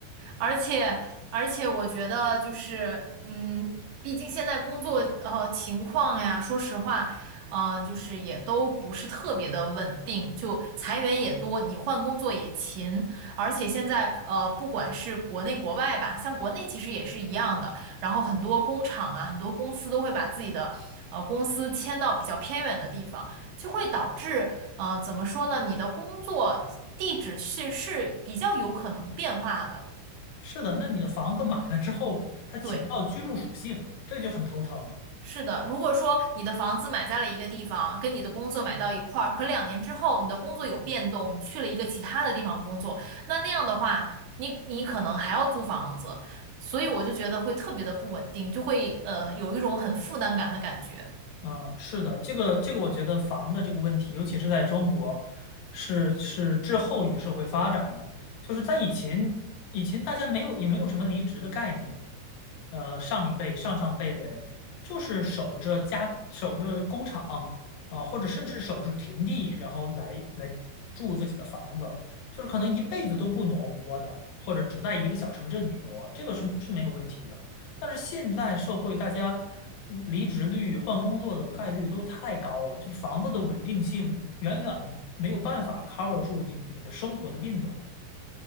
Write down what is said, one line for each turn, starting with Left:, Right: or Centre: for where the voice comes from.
Right: 而且而且我觉得就是，嗯，毕竟现在工作呃情况呀，说实话，呃，就是也都不是特别的稳定，就裁员也多，你换工作也勤，而且现在呃，不管是国内国外吧，像国内其实也是一样的，然后很多工厂啊，很多公司都会把自己的呃公司迁到比较偏远的地方，就会导致呃怎么说呢，你的工作地址是是比较有可能变化的。
Left: 是的，那你的房子买了之后，它起不到居住属性，
Right: 对，
Left: 这就很头疼了。
Right: 是的。如果说你的房子买在了一个地方，跟你的工作买到一块儿，可两年之后你的工作有变动，你去了一个其他的地方工作，那那样的话，你你可能还要租房子，所以我就觉得会特别的不稳定，就会呃有一种很负担感的感觉。
Left: 嗯，是的，这个这个，我觉得房子这个问题，尤其是在中国，是是滞后于社会发展的。就是在以前，以前大家没有也没有什么离职的概念，呃上一辈、上上辈人，就是守着家、守着工厂啊、或者甚至守着田地，然后来来住自己的房子，就是可能一辈子都不挪窝的，或者只在一个小城镇里挪，这个是是没有问题的。但是现在社会，大家嗯离职率、换工作的概率都太高了，就是房子的稳定性远远没有办法 cover 住你你的生活的变动。